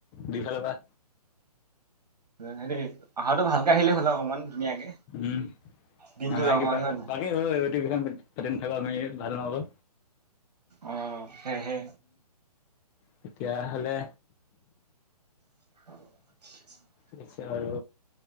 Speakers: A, on the left (about 20°); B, on the right (about 75°).
A: দুইফালৰ পৰা।
B: হেৰী অহাটো ভালকে আহিলে হ'ল অকমান। ধুনীয়াকে
A: উম,
B: দিনটো
A: আমাৰ
B: যাব
A: কিবা
B: পৰাকে হয় নাই
A: বাকী ঐ ঐ দীঘলা মেল পাতি থকা আমি ভাল নহ'ব।
B: আহ সেইহে
A: তেতিয়া হ'লে
B: <unintelligible>
A: পিছে আৰু